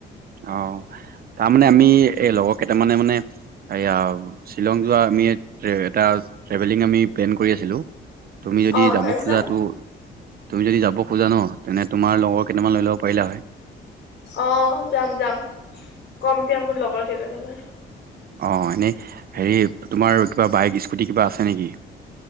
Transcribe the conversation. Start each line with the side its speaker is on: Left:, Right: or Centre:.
Right: অ, তাৰমানে আমি, এই লগৰ কেইটামানে মানে এয়া, শ্বিলং যোৱা আমি এটা ট্ৰেভেলিং আমি প্লেন কৰি আছিলোঁ। তুমি যদি
Left: অ
Right: যাব
Left: তাৰপিছত
Right: খোজা টো, তুমি যদি যাব খোজা ন। তেনে তোমাৰ লগৰ কেইটামান লৈ ল'ব, পাৰিলা হঁয়।
Left: অঁ যাম যাম। কম দিয়া মোৰ লগৰ কেইজনীমান।
Right: অঁ, এনেই হেৰি, তোমাৰ কিবা বাইক স্কুটি, কিবা আছে নেকি?